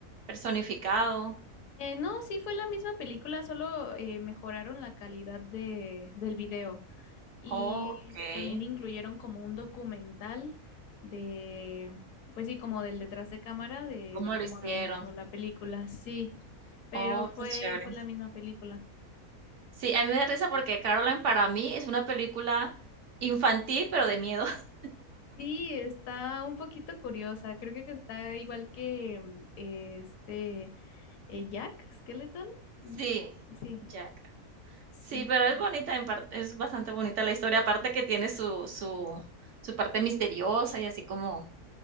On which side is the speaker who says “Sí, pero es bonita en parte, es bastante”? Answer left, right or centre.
Right